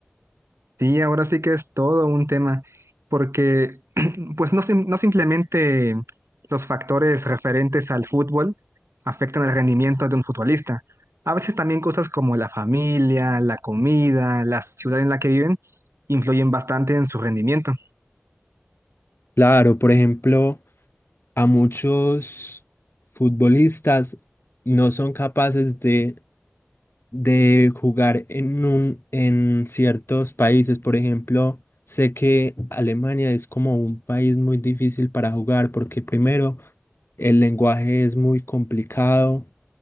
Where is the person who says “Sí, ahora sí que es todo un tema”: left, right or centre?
Right